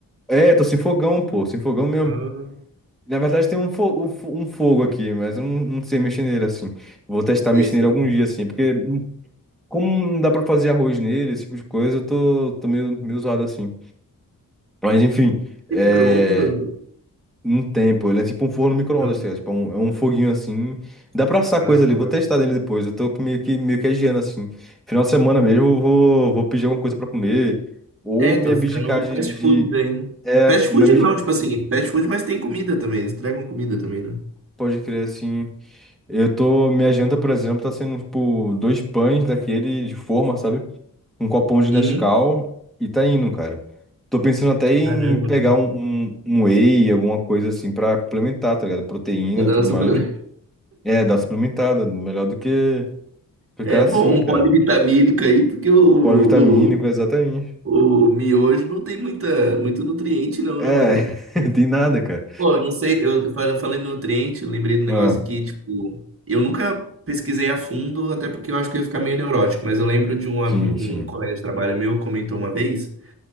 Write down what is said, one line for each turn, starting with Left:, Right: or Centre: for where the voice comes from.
Centre: É, tô sem fogão, pô, sem fogão mesmo.
Right: Ah,
Centre: Na verdade tem um, fo- um fo- um fogo aqui, mas eu não, não sei mexer nele assim. Vou testar
Right: sei,
Centre: mexer
Right: sei.
Centre: nele algum dia assim, porque hum, como não dá pra fazer arroz nele, esse tipo de coisa, eu tô, tô meio, meio zoado assim. Mas enfim, é,
Right: Tem micro-ondas, mano?
Centre: Não tem, pô. Ele é tipo um forno micro-ondas,
Right: Não.
Centre: tá ligado? Tipo, é um, é um foguinho assim. Dá pra assar
Right: Ah,
Centre: coisa ali. Vou
Right: tá.
Centre: testar dele depois. Eu tô com meio que, meio que adiando assim. Final de semana mesmo, eu vou, vou pedir alguma coisa pra comer. Ou
Right: É,
Centre: me
Right: tô
Centre: abdicar
Right: ficando
Centre: de,
Right: fast
Centre: de...
Right: food daí, né?
Centre: É,
Right: Fast food
Centre: ou me abdicar.
Right: não, tipo assim, fast food, mas tem comida também. Eles entregam comida também, né?
Centre: Pode crer assim. Eu tô. Minha janta, por exemplo, tá sendo tipo dois pães daquele de forma, sabe? Um copão de
Right: Uhum.
Centre: Nescau e tá indo, cara. Tô pensando até
Right: Caramba,
Centre: em pegar
Right: né?
Centre: um, um, um whey, alguma coisa assim, pra complementar, tá ligado? Proteína
Right: Cada
Centre: e tudo
Right: um suplemento.
Centre: mais. É, dá suplementada, melhor do que ficar
Right: É
Centre: assim,
Right: bom um
Centre: cara.
Right: polivitamínico aí, porque o,
Centre: Polivitamínico, exatamente.
Right: O miojo não tem muita, muito nutriente, não,
Centre: É,
Right: né, mano?
Centre: <laughs> tem nada, cara.
Right: Pô, eu não sei, eu fal- falei em nutriente, eu lembrei do negócio
Centre: Ah,
Right: aqui, tipo, eu nunca pesquisei a fundo, até porque eu acho que eu ia ficar meio neurótico, mas eu lembro de um,
Centre: sim,
Right: ami-
Centre: sim.
Right: um colega de trabalho meu comentou uma vez